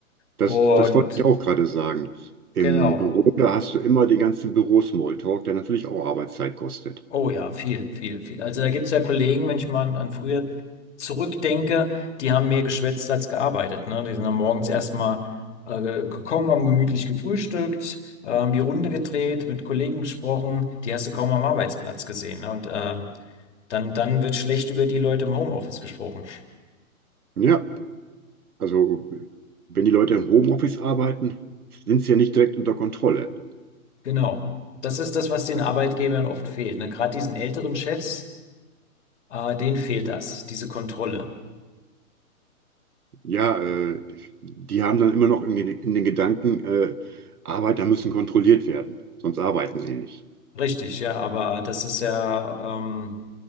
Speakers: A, on the right; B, on the left.
A: das,
B: Und
A: das wollte ich auch gerade sagen. Im
B: genau.
A: Büro, da hast du immer den ganzen Büro-Smalltalk, der natürlich auch Arbeitszeit kostet.
B: Oh ja, viel, viel, viel. Also da gibt's ja Kollegen, wenn ich mal an, an früher zurückdenke, die haben mehr geschwätzt als gearbeitet. Ne? Die sind dann morgens erstmal äh, gekommen, haben gemütlich gefrühstückt, äh, haben die Runde gedreht, mit Kollegen gesprochen, die hast du kaum am Arbeitsplatz gesehen. Ne? Und ähm, dann, dann wird schlecht über die Leute im Homeoffice gesprochen.
A: Ja, also wenn die Leute im Homeoffice arbeiten, sind sie ja nicht direkt unter Kontrolle.
B: Genau. Das ist das, was den Arbeitgebern oft fehlt. Ne? Gerade diesen älteren Chefs, äh, denen fehlt das, diese Kontrolle.
A: Ja, äh, die haben dann immer noch in, in den Gedanken, äh, Arbeiter müssen kontrolliert werden, sonst arbeiten sie nicht.
B: Richtig, ja, aber das ist ja. Ähm,